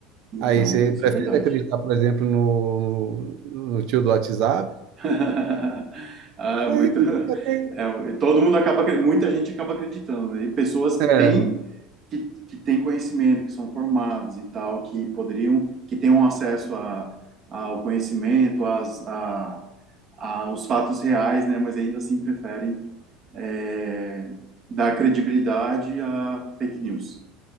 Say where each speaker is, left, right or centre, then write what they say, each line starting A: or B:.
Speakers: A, on the right; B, on the right.
A: Então,
B: Aí você
A: isso
B: prefere
A: é verdade.
B: acreditar, por exemplo, no, no, no tio do WhatsApp?
A: <laughs> Ah, é
B: Aí,
A: muito.
B: até,
A: é, todo mundo acaba, acre- muita gente acaba acreditando, né? E pessoas que
B: é,
A: têm que, que têm conhecimento, que são formados e tal, que poderiam, que tenham acesso a, ao conhecimento, às, a, aos fatos reais, né? Mas ainda assim preferem é, dar credibilidade a fake news.